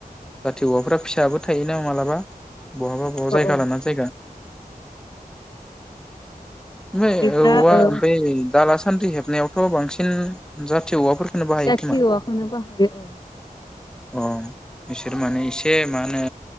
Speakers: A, in the centre; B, on the left.
A: जाथि औवाफ्रा फिसाबो थायोना मालाबा <unintelligible> <inaudible> बहाबा बहा
B: औ
A: जायगा
B: औ
A: लानानानै जायगा <inaudible> ओमफ्राय
B: बिदिब्ला
A: औवा
B: ओ
A: दाला बै सान सान्थि ह नायावथ' बांसिन औवाफोरखौनो बाहायो
B: जाथि
A: खोमा
B: औवाखौनो बाहायो औ
A: अ बिसोर माने एसे मा होनो